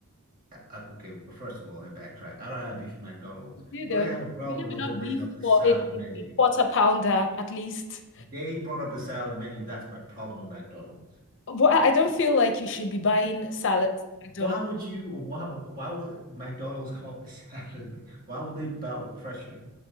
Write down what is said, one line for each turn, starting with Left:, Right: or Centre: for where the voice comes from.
Right: uh, uh, okay, well, first of all, let me backtrack. I don't have beef with McDonald's.
Left: You know,
Right: I only have a problem
Left: you have
Right: with
Left: enough
Right: them bringing
Left: beef
Right: up the
Left: for
Right: salad
Left: a,
Right: menu.
Left: a, a quarter pounder at least.
Right: They brought up a salad menu. That's my problem with McDonald's.
Left: Well, I I don't feel like you should be buying salad at McDonald's.
Right: Why would you, why, why would McDonald's come up with a <laughs> salad menu? Why would they bow to pressure